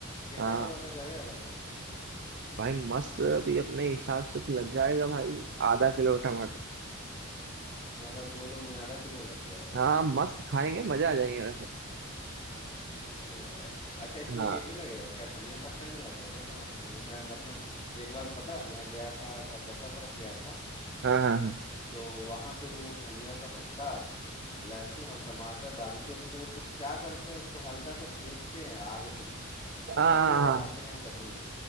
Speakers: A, on the left; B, on the right.
A: कितना
B: हाँ
A: टमाटर लगेगा लगभग
B: भाई मस्त अभी अपने हिसाब से तो लग जाएगा भाई आधा किलो टमाटर
A: मतलब दो लोग में आधा किलो लग जाएगा
B: हाँ मस्त खाएंगे मजा आ जाएंगे वैसे
A: अरे वाह यार अच्छा इसमें
B: हाँ
A: ये भी लगेगा क्या धनिया पत्ता भी रहता है क्या टमाटर में मैं मतलब एक बार पता है मैं गया था कलकत्ता तरफ गया था
B: हाँ हाँ हाँ
A: तो वहां पे वो धनिया का पत्ता लहसुन और टमाटर डाल के उसको वो कुछ क्या करते हैं उसको हल्का सा सेकते हैं आग पे और
B: हाँ
A: फिर
B: हाँ
A: वो
B: हाँ
A: बनाते
B: हाँ, हाँ।
A: हैं चटनी